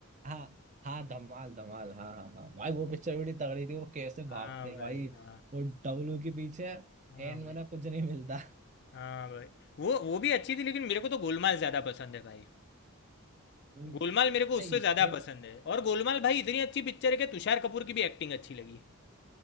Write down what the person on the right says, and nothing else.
हाँ हाँ धमाल धमाल हाँ हाँ हाँ भाई वो पिक्चर बड़ी तगड़ी थी वो कैसे भागते
हैं
भाई
वो डब्लू के पीछे
एन
वाला कुछ नहीं मिलता
हम्म,
नहीं
ये
ये
तो